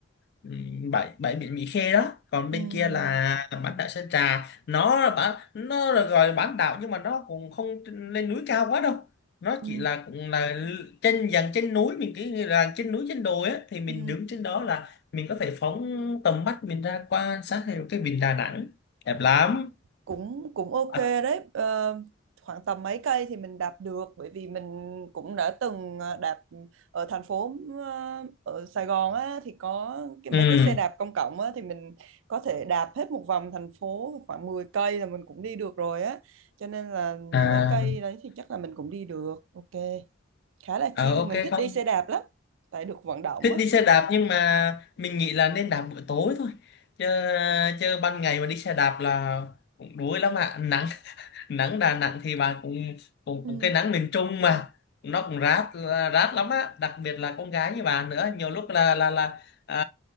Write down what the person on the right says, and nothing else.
ừ
ừ
ừ,
cũng cũng ok
đấy. Ờ, khoảng tầm mấy cây thì mình đạp được bởi vì mình cũng đã từng ờ, đạp ở thành phố ờ, ở Sài Gòn á thì có cái
mấy cái xe đạp công cộng á thì mình có thể đạp hết một vòng thành phố khoảng 10 cây là mình cũng đi được rồi á. Cho nên là
mấy cây đấy thì chắc là mình cũng đi được. Ok. Khá là
chill, mình
thích
đi xe đạp lắm. Tại được vận động
á.
ừ